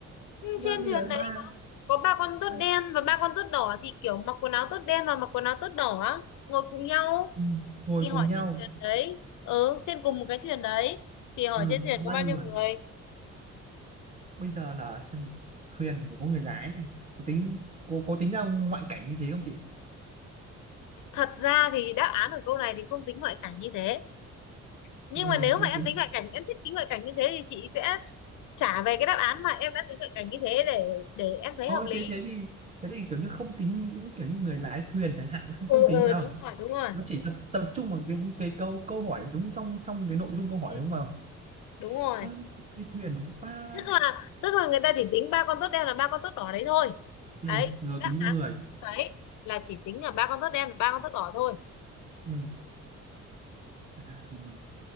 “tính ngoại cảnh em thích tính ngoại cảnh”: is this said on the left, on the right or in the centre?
Left